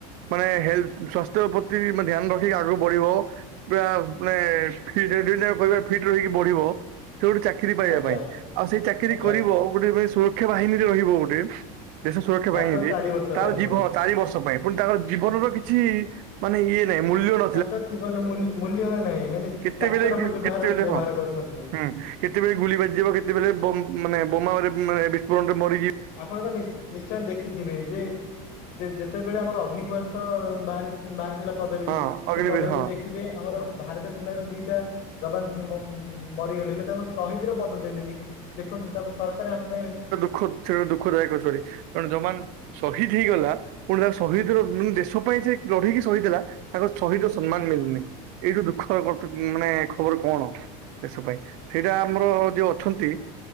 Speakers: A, on the right; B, on the left.
A: ମାନେ ହେଲ୍ପେ ସ୍ୱାସ୍ଥ୍ୟ ପ୍ରତି ମାନେ ଧ୍ୟାନ ରଖିକି ଆଗକୁ ବଢିବ। ପୁରା ମାନେ କହିବା ଫିଟ୍ <unintelligible> ରହିକି ବଢିବ ସେ ଗୋଟେ ଚାକିରି ପାଇବା
B: ଆଜ୍ଞା
A: ପାଇଁ ଆଉ ସେଇ ଚାକିରି
B: ଆଜ୍ଞା
A: କରିବ ଗୋଟେ ଭାଇ ସୁରକ୍ଷା ବାହିନୀରେ ରହିବ ଗୋଟେ। ଦେଶ ସୁରକ୍ଷା
B: ମାତ୍ର
A: ବାହିନିରେ
B: ଚାରି ବର୍ଷ
A: ତାର
B: ପାଇଁ
A: ଜୀବ
B: ପୁଣି
A: ଚାରି ବର୍ଷ ପାଇଁ। ପୁଣି ତାଙ୍କର ଜୀବନର କିଛି ମାନେ ଇଏ ମୂଲ୍ୟ ର।
B: ତାଙ୍କ ଜୀବନ ମୂଲ୍ୟ ନାହିଁ ମାନେ
A: କେତେବେଳେ
B: ଚାକର ଭଳି ବ୍ୟବହାର
A: କେତେବେଳେ
B: ବ୍ୟବହାର
A: ହଁ
B: କରୁଛନ୍ତି।
A: ହୁଁ କେତେବେଳେ ଗୁଳି ବାଜିଯିବ କେତେବେଳେ ମାନେ ବୋମା ବିସ୍ଫୋରଣରେ ମରିଯି।
B: ଆପଣ ତ ନିଶ୍ଚ ନିଶ୍ଚୟ ଦେଖିଥିବେ ଯେ ଯେତେବେଳେ ଆମର ଅଗ୍ନିବସ୍ ବାହାରି। ବାହାରିଥିଲା ପଦବୀ
A: ହଁ ଅଗ୍ନିବିର
B: ସେ ପଦବୀରେ
A: ହଁ
B: ଦେଖିବେ ଆମର ଭାରତୀୟ ସେନାର ଦିଟା ଜବାନ ମ ମରିଗଲେ ହେଲେ ତାଙ୍କୁ ସହିଦରେ ପ୍ରଦ ଦେଲେନି ଦେଖନ୍ତୁ ତାଙ୍କ ସରକାର ଆମ ପାଇଁ
A: ପଛରେ ଦୁଃଖଦାୟକ ଶରୀ ଜଣେ ଜବାନ ସହିଦ୍ ହେଇଗଲା ପୁଣି ତା ସହିୀଦ୍ ରୁ ଦେଶ ପାଇଁ ସେ ଲଢେଇକି ସହିଦ୍ ହେଲା ତାକୁ ସହିଦ୍ ର ସମ୍ମାନ ମିଳୁନି ଏଇଠୁ ଦୁଃଖ ମାନେ ଖବର କଣ ଦେଶ ପାଇଁ ସେଇଟା ଆମର ଯୋଉ ଅଛନ୍ତି।